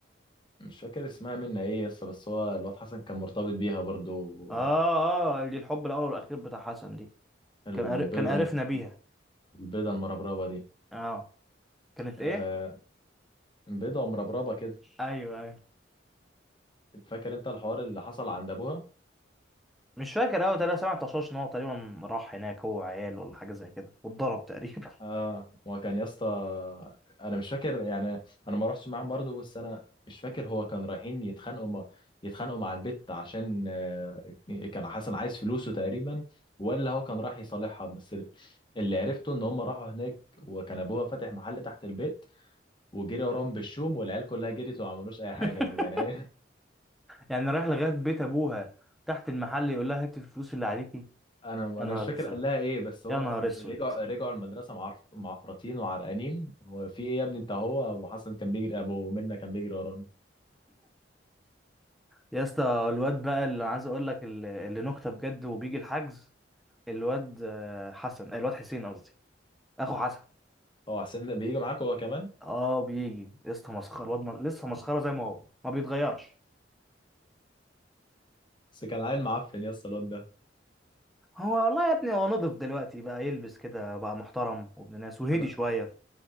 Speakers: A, on the left; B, in the centre.
A: مش فاكر اسمها منا ايه يسطا بس هو الواد حسن كان مرتبط بيها برضو
B: آه آه دي الحب الأول والأخير بتاع حسن دي
A: البيضة
B: كان قار- كان قرفنا
A: الم-
B: بيها
A: البيضة المربربة دي
B: اه كانت
A: آه
B: ايه
A: بيضة ومربربة كده
B: ايوه ايوه
A: فاكر انت الحوار اللي حصل عند ابوها
B: مش فاكر قوي انا سمعت طشاش ان هو تقريبا راح هناك هو عيال ولا حاجه زي كده واتضرب تقريبا
A: اه هو كان يسطا انا مش فاكر يعني انا ما روحتش معاهم برضو بس انا مش فاكر هو كان رايحين يتخانقوا مع يتخانقوا مع البت عشان آه كان حسن عايز فلوسه تقريبا ولا هو كان رايح يصالحها بس اللي عرفته ان هم راحوا هناك وكان ابوها فاتح محل تحت البيت وجري وراهم بالشوم والعيال كلها جريت وما عملوش اي
B: <laughs>
A: حاجه يعني <laughs>
B: يعني رايح لغايه بيت ابوها تحت المحل يقول لها هاتي الفلوس اللي عليكي
A: انا
B: يا
A: انا
B: نهار
A: مش فاكر
B: اسود
A: قال لها ايه بس هو
B: يا نهار اسود
A: رجعوا رجعوا المدرسه معرف معفرطين وعرقانين هو في ايه يا ابني انت هو ابو حسن كان بيجري ابو منة كان بيجري ورانا
B: يا اسطى الواد بقى اللي عايز اقول لك اللي اللي نكته بجد وبيجي الحجز الواد آه، حسن آه، الواد حسين قصدي اخو حسن
A: هو حسين ده بيجي معاك هو كمان
B: اه بيجي يا اسطى مسخره الواد م- لسه مسخره زي ما هو ما بيتغيرش
A: بس كان عيل معفن يا اسطى الواد ده
B: هو والله يا ابني هو نضف دلوقتي بقى يلبس كده بقى محترم وابن ناس وهدي
A: انا
B: شوية